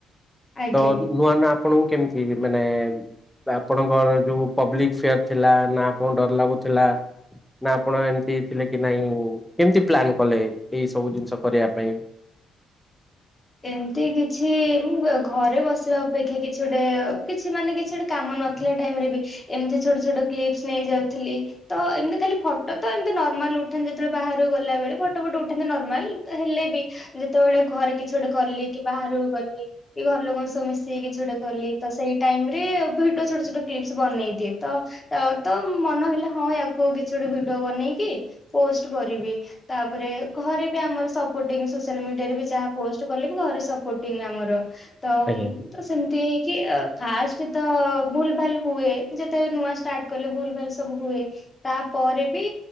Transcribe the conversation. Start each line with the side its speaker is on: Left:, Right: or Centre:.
Left: ଆଜ୍ଞା।
Centre: ତ ନୂଆ ନା ଆପଣଙ୍କୁ କେମିତି ମାନେ ଆପଣଙ୍କର ଯୋଉ ପବ୍ଲିକ ଫାର ଥିଲା ନା ଆପଣଙ୍କୁ ଡର ଲାଗୁଥିଲା ନା ଆପଣ ଏମିତି ଥିଲେ କି ନାଇଁ କେମିତି ପ୍ଲନ୍ କଲେ ଏଇ ସବୁ ଜିନିଷ କରିବା ପାଇଁ
Left: ଏମତି କିଛି ଘରେ ବସିବା ଅପେକ୍ଷା କିଛି ଗୋଟେ କିଛି ମାନେ କିଛି ଗୋଟେ କାମ ନଥିଲା ଟାଇମ ରେ ବି ଏମିତି ଛୋଟ ଛୋଟ କ୍ଲିପସ ନେଇଯାଉଥିଲି ତ ଏମିତି ଖାଲି ଫଟୋ ତ ଏମତି ନର୍ମାଲ ଉଠାନ୍ତି ଯେତେବେଳେ ବାହକୁ ଗଲା ବଳେ ଫଟୋ ଫଟ ଉଠାନ୍ତେ ନର୍ମାଲ ହେଲେ ବି ଯେତେବେଳେ ଘରେ କିଛି ଗୋଟେ କଲି କି ବାହାରକୁ ଗଲି କି ଘର ଲୋକଙ୍କ ସବୁ ମିଶିକି କିଛି ଗୋଟେ ଗଲି ତ ସେଇ ଟାଇମ ରେ ଭିଡିଓ ଛୋଟ ଛୋଟ କ୍ଲିପସ ବନେଇ ଦିଏ ତ ତ ମନ ହେଲେ ହଁ ୟାକୁ କିଛି ଗୋଟେ ଭିଡିଓ ବନେଇକି ପୋଷ୍ଟ କରିବି ତାପରେ ଘରେ ବି ଆମର ସପୋର୍ଟି ସୋସିଆଲ ମିଡିଆରେ ବି ଯାହା ପୋଷ୍ଟ କଲେ ବି ଘରେ ସପୋଟିଂ ଆମର ତ
Centre: ଆଜ୍ଞା।
Left: ତ ସେମିତି କି ଫାଷ୍ଟ ତ ଭୁଲ ଭାଲ ହୁଏ ଯେତେବେଳେ ନୂଆ ଷ୍ଟାର୍ଟ କଲେ ଭୁଲ ଭାଲ ସବୁ ହୁଏ ତାପରେ ବି